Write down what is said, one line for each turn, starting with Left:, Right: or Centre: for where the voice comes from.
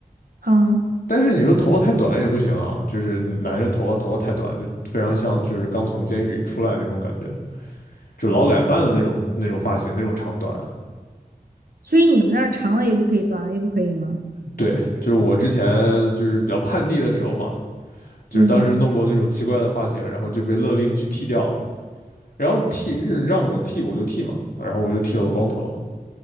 Right: 嗯。啊
Left: 但是你说头发太短也不行啊，就是男人头发头发太短，就非常像就是刚从监狱里出来的那种感觉，就是劳改犯的那种那种发型那种长短。
Right: 所以你们那儿长了也不可以，短了也不可以吗？
Left: 对，就是我之前就是比较叛逆的时候嘛，就是当时弄过那种奇怪的发型，
Right: 嗯，
Left: 然后就被勒令去剃掉，然后剃是让我剃我就剃嘛，然后我就剃了个光头，